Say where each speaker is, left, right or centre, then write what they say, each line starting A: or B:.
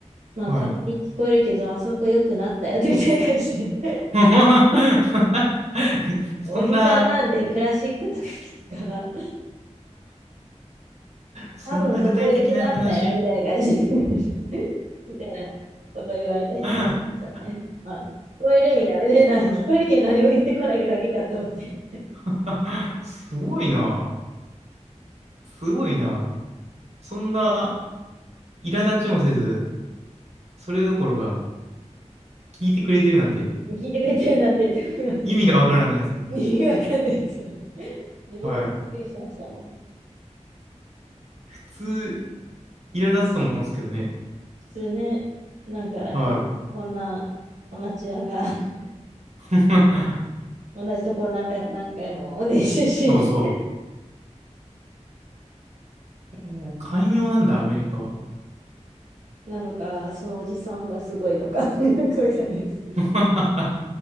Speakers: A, on the right; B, on the right.
A: まあ、
B: はい
A: たまに聞こえるけど、あそこ良くなったよ、みたいな感じで。<laughs>
B: <laughs> そんな、
A: おじさんなんでクラシックとか聞くから、
B: そんな具体的な話
A: 多分そこ良くなったよ、みたいな感じで <laughs> みたいなこと言われたりとかしたね。
B: <laughs>
A: あ、聞こえるんや、みたいな。
B: すごい。
A: 聞こえるけど何も言ってこないだけかと思って。
B: <laughs> あすごいな。すごいな。そんな苛立ちもせず、それどころか聞いてくれてるなんて、
A: 聞いてくれてるなんてって思いますよね。
B: い意味がわからないですね。
A: <laughs> 意味わかんないですよね。自分もびっくりしましたもん。
B: はい。普通、苛立つと思うんですけどね。
A: 普通ね、なんか、
B: はい。
A: え、こんなアマチュアが <laughs>
B: <laughs>
A: 同じとこを何回も何回も練習してね
B: そうそう。えー寛容なんだ、アメリカは。
A: <laughs> なのか、そのおじさんがすごいのか <laughs> なんかわかんないですけど。
B: <laughs>